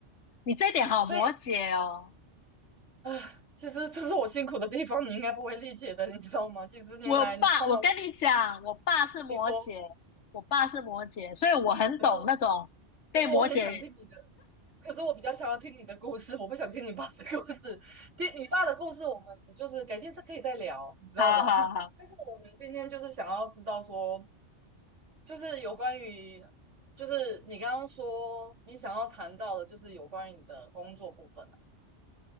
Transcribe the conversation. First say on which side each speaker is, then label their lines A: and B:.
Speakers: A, on the left; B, on the right.
A: 你这一点好摩羯哦。
B: 所以，唉，其实这是我辛苦的地方，你应该不会理解的，你知道吗？几十年来，
A: 我爸，
B: 你知道吗？
A: 我跟你讲，我爸是摩羯，
B: 你说，
A: 我爸是摩羯，所以我很懂那种被摩羯。
B: 可是我，可是我很想听你的，可是我比较想要听你的故事，我不想听你爸的故事。听你爸的故事，我们就是改天再可以再聊，你知道吗？
A: 好好好。
B: <laughs> 但是我们今天就是想要知道说，就是有关于，就是你刚刚说你想要谈到的，就是有关于你的工作部分啊，